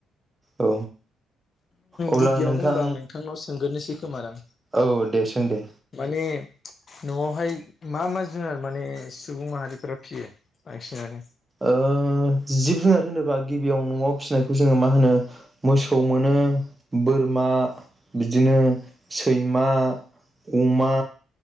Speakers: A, on the right; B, on the left.
A: औ अब्ला
B: गिबियावनो
A: नोंथां
B: होनबा आं नोंथांनाव सोंगोरनोसै खोमा दां
A: औ दे सों दे
B: माने न'आवहाय मा मा जुनार माने सुबुं माहारिफोरा फियो बांसिनानो?
A: ओ जिब जुनार होनोबा गिबियाव न'आव फिसिनायखौ जोङो मा होनो मोसौ मोनो, बोरमा, बिदिनो सैमा, अमा,